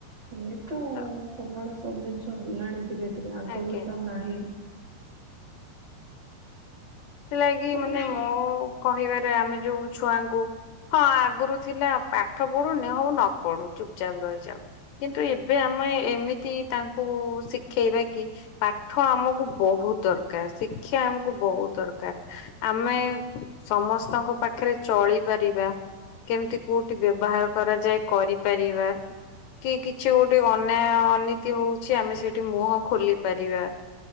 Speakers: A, on the right; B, on the left.
A: ସେମିତି
B: ତ
A: ସବୁଆଡେ ସବୁ ଜିନିଷ ହେଲାଣି ଧୀରେ ଧୀରେ ଆଗ
B: ଆଜ୍ଞା।
A: ଭଳି ତ ଆଉ ନାହିଁ।
B: ସେଥିଲାଗି
A: ତାପରେ
B: ମାନେ
A: ସେ
B: ମୋ କହିବାରେ ଆମେ ଯୋଉ ଛୁଆଙ୍କୁ, ହଁ ଆଗରୁ ଥିଲା ପା ପାଠ ପଢୁନି ହଉ ନ ପଢୁ ଚୁପଚାପ ରହିଯାଉ। କିନ୍ତୁ ଏବେ ଆମେ ଏମିତି ତାଙ୍କୁ ଶି ଶିଖେଇବା କି ପାଠ ଆମକୁ ବହୁତ ଦରକାର। ଶିକ୍ଷା ଆମକୁ ବହୁତ ଦରକାର। ଆମେ ସମସ୍ତଙ୍କ ପାଖରେ ଚଳିପାରିବା। କେମିତି କୋଉଠି ବ୍ୟବହାର କରାଯାଏ କରିପାରିବା। କି କିଛି ଗୋଟେ ଅନ୍ୟାୟ ଅନୀତି ହଉଚି ଆମେ ସେଠି ମୁହଁ ଖୋଲି ପାରିବା।